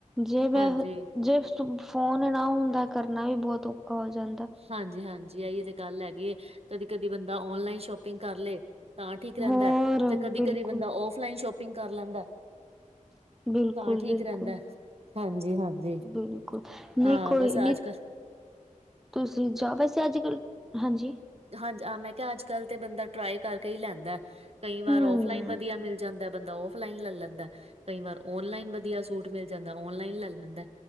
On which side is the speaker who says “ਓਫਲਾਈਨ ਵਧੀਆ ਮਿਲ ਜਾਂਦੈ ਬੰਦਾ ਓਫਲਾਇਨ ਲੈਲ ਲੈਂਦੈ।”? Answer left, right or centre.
Right